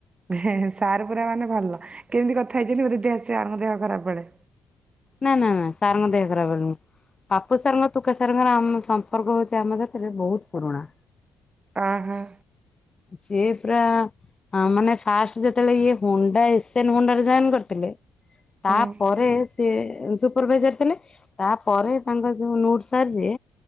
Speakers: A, on the right (about 35°); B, on the left (about 30°).
A: ହେ ସାର୍ ପୁରା ମାନେ ଭଲ, କେମ୍ତି କଥା ହେଇଛନ୍ତି ମୋ ଦିଦି ଆସିଆ ମୋ ଦେହ ଖରାପ୍ ବେଳେ।
B: ନା ନା ନା ସାର୍ ଙ୍କ ଦେହ ଖରାପ ହେଇନି। ପାପୁ ସାର୍ ଙ୍କ ତୁକା ସାର୍ ଙ୍କର ଆମ ସମ୍ପର୍କ ହୋଉଛି ଆମ ସେଥିରେ ବୋହୁତ ପୁରୁଣା।
A: ଅଁ ହଁ।
B: ସେ ପୁରା। ହଁ ମାନେ ଫାଷ୍ଟ ଯେତେବେଳେ, ଇଏ ହୁଣ୍ଡା ଏସ୍ ଏନ୍ ହୁଣ୍ଡା ରେ ଜଏନ୍ କରିଥିଲେ ତା
A: ହୁଁ
B: ପରେ ସ୍ ସେ ସୁପରଭାଇଜର୍ ଥିଲେ, ତାପରେ ତାଙ୍କ ଯୋଉ ନୁଟ୍ ସାର୍ ଯିଏ